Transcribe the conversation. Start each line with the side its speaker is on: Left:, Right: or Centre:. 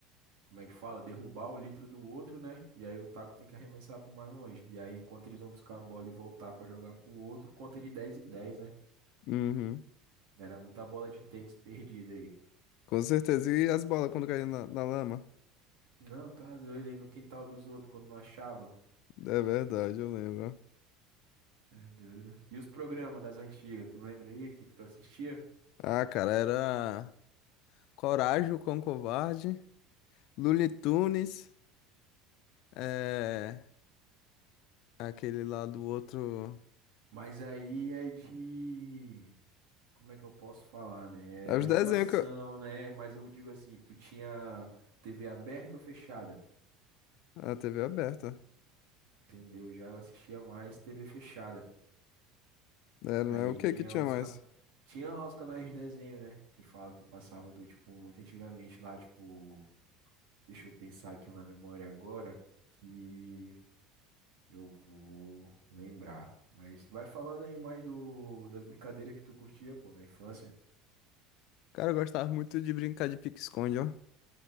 Right: como é que fala? Derrubar o litro do outro, né? E aí o taco tem que arremessar pro mais longe. E aí, enquanto eles vão buscar a bola e voltar pra jogar pro outro, conta de 10 em 10, né?
Left: Uhum.
Right: Era muita bola de tênis perdida aí.
Left: Com certeza. E as bolas quando caíam na, na lama?
Right: Não, tá doido aí no quintal dos outros quando não achava.
Left: É verdade, eu lembro.
Right: É doido. E os programas das antigas, tu lembra aí o que que tu assistia?
Left: Ah, cara, era Coragem, o Cão Covarde, Looney Tunes, é... aquele lá do outro.
Right: Mas aí é de. Como é que eu posso falar, né?
Left: É os
Right: É animação,
Left: desenhos que eu...
Right: né? Mas eu digo assim, tu tinha TV aberta ou fechada?
Left: A TV aberta.
Right: Entendeu? Já eu assistia mais TV fechada.
Left: Era,
Right: Aí
Left: né? O que
Right: tinha
Left: que tinha
Right: os
Left: mais?
Right: can... tinha lá os canais de desenho, né? Que fala que passava do tipo muito antigamente lá, tipo, deixa eu pensar aqui na memória agora que eu vou lembrar. Mas vai falando aí mais do das brincadeiras que tu curtia, pô, na infância.
Left: Cara, eu gostava muito de brincar de pique-esconde, ó.